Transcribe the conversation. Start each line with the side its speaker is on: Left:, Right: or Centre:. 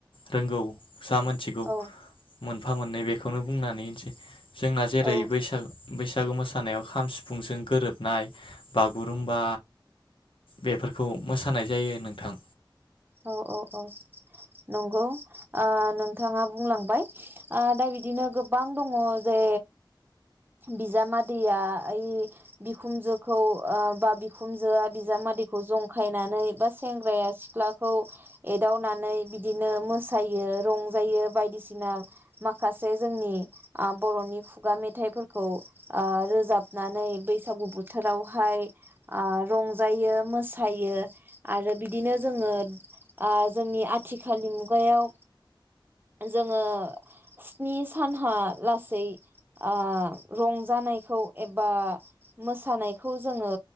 Left: रोंगौ जा मोनथिगौ
Right: औ
Left: मोन मोनफा मोननै बेखौनो बुंनानै होनसै। जोंना जेरै
Right: औ
Left: बैसाग बैसागु मोसा सानायाव खाम सिफुंजों गोरोब नाय बागुरुमबा बेफोरखौ मोसानाय जायो नोंथां।
Right: औ औ औ नंगौ। ओ नोंथाङा बुंलांबाय ओ दा बिदिनो गोबां दङ जे बिजामादैया ओइ बिखुमजोखौ ओ बा बिखुनजोआ बिजामादैखौ जंखायनानै बा सेंग्राया सिख्ला खौ एदावनानै बिदिनो मोसायो रंजायो बायदिसिना माखासे जोंनि बर'नि खुगा मेथाइफोरखौ ओ रोजाबनानै बैसागु बोथोरावहाय ओ रंजायो मोसायो आरो बिदिनो जोङो ओ जोंनि आथिखालनि मुगायाव जोङो स्नि सानहा लासै ओ रंजानायखौ एबा मोसानायखौ जोङो